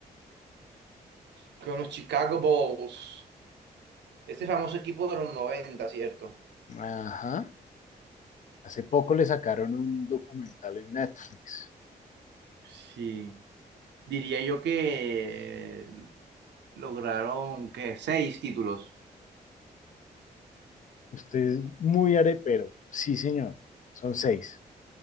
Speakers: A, on the right; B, on the left.
A: Con los Chicago Bulls. Ese famoso equipo de los noventa, ¿cierto?
B: Ajá. Hace poco le sacaron un documental en Netflix.
A: Sí, diría yo que lograron, ¿qué? Seis títulos.
B: Usted es muy arepero. Sí, señor. Son seis.